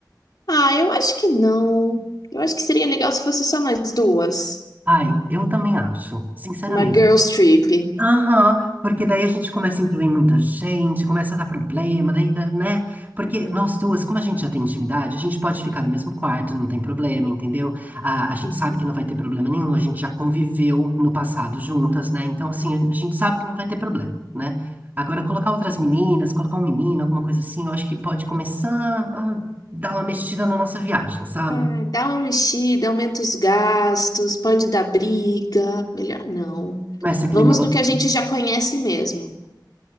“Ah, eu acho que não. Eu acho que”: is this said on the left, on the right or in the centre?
Left